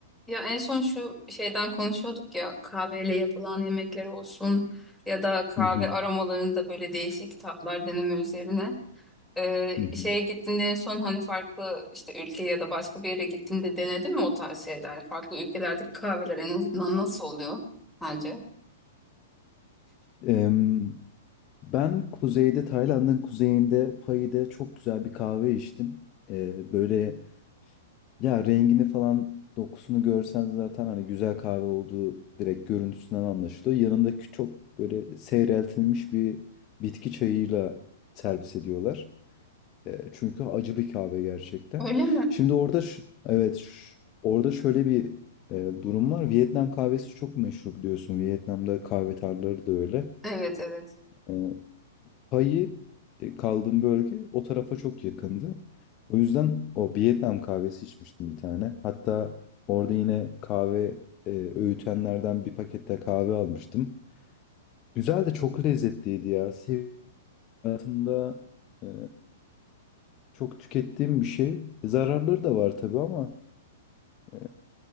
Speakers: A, in the centre; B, on the left.
A: Ya en son şu şeyden konuşuyorduk ya kahveyle yapılan yemekler olsun ya da kahve
B: Hı hı,
A: aromalarında böyle değişik tatlar deneme üzerine. Ee,
B: hı hı.
A: şeye gittiğinde en son hani farklı işte ülke ya da başka bir yere gittiğinde denedin mi o tarz şeyler? Yani farklı ülkelerdeki kahveler en azından nasıl oluyor sence?
B: Em, ben kuzeyde, Tayland'ın kuzeyinde Pahi'de çok güzel bir kahve içtim. Ee, böyle ya rengini falan dokusunu görsen zaten hani güzel kahve olduğu direkt görüntüsünden anlaşılıyor. Yanındaki çok böyle seyreltilmiş bir bitki çayıyla servis ediyorlar. Ee, çünkü acı bir kahve gerçekten.
A: Öyle mi?
B: Şimdi orada ş- evet ş- orada şöyle bir e, durum var. Vietnam kahvesi çok meşhur biliyorsun. Vietnam'da kahve tarlaları da öyle.
A: Evet evet.
B: E, payı e, kaldığım bölge o tarafa çok yakındı. O yüzden o Vietnam kahvesi içmiştim bir tane. Hatta orada yine kahve e, öğütenlerden bir pakette kahve almıştım. Güzel de çok lezzetliydi ya. Sev hayatımda e, çok tükettiğim bir şey. Zararları da var tabii ama e,